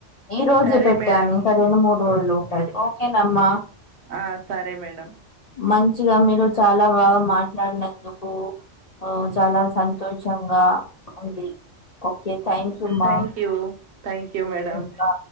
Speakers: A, on the left; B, on the right.
A: ఈ రోజే
B: సరే
A: పెట్టాను
B: మేడం
A: ఇంకా రెండు మూడు రోజులు ఉంటాది ఓకేనమ్మా
B: ఆ సరే మేడం
A: మంచిగా మీరు చాలా బాగా మాట్లాడినందుకు ఉ చాలా సంతోషంగా ఉంది ఓకే థ్యాంక్ యూ మ
B: thank you thank you madam
A: ఉంటా